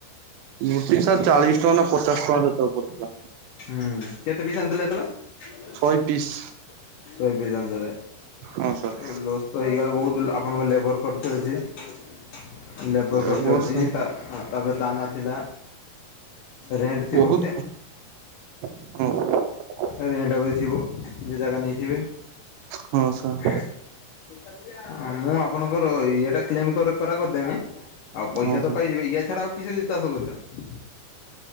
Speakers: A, on the right (about 80°); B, on the left (about 70°).
A: ଗୋଟି ସାର୍ ଚାଳିଶ ଟଙ୍କା ନା ପଚାଶ ଟଙ୍କା ସେତେବେଳେ ପଡିଥିଲା।
B: ହୁଁ କେତେ ପିସ ଆଣି ଥିଲେ‌ ସେତେ
A: ଶହେ ପିସ୍
B: ବେଳେ ଶଏ ଆଣି ଥିଲେ।
A: ହଁ
B: ଆଉ
A: ସାର୍।
B: ଲସ୍ ତ ହେଇଗଲା ବହୁତ ଆପଣଙ୍କ ଲେବର ଖର୍ଚ୍ଚ ଅଛି। ଲେବର
A: ଏ
B: ଖର୍ଚ୍ଚ
A: ବର୍ଷ
B: ଅଛି ତା ହଁ ତାପରେ ଦାନା ଥିଲା। ରେଣ୍ଟ ଥିବ।
A: ବହୁତ ହଁ।
B: ଆଉ ରେଣ୍ଟ ଆହୁରି ଥିବ ଯେ ଜାଗା ନେଇଥିବେ।
A: ହଁ ସାର୍
B: ହଁ ମୁଁ ଆପଣଙ୍କର ଇଏଟା କ୍ଲେମ କରେ। ସେଟା କରିଦେମି ଆଉ ପଇସା
A: ହଁ
B: ତ
A: ସାର୍।
B: ପାଇଯିବେ ୟା ଛଡା ଆଉ କିସ କିସ୍ ଚାଷ କରିଛ।